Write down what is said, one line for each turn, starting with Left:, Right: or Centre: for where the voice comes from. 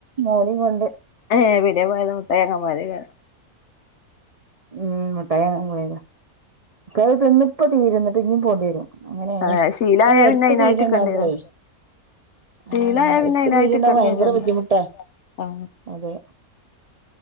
Right: മോളിം കൊണ്ട്
Left: ഏഹ് പിന്നേം പോയത മുട്ടായെങ്ങാ പൊയതെയ്ക്കാരം
Right: ഉം മുട്ടായെങ്ങാൻ പോയത പ്പഅത് തിന്ന് ഇപ്പോ തീരും ഇന്നിട്ട് ഇഞ്ഞും പോണ്ടിരും അങ്ങനെയണ്
Left: അതെ ശീലായ
Right: ഏ എടുത്ത്
Left: പിന്നെ അയിനായിട്ട്
Right: പീട്യണ്ടാവുമ്പോളേയ്
Left: നിക്കണ്ടിവരും ശീലായ
Right: ആഹ് ആഹ്
Left: പിന്നെ
Right: എട്ത്
Left: അയിനായിട്ട്
Right: പീട്യണ്ട
Left: നിക്കണ്ടിവരും
Right: ഭയങ്കര ബുദ്ധിമുട്ടാ
Left: ആ
Right: അതെ.